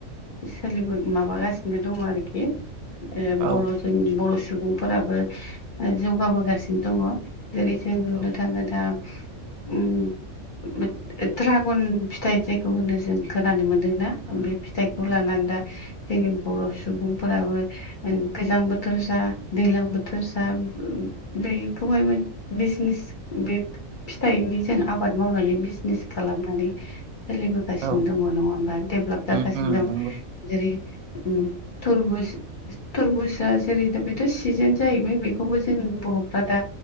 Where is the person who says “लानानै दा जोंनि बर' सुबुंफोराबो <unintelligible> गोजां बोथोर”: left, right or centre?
Left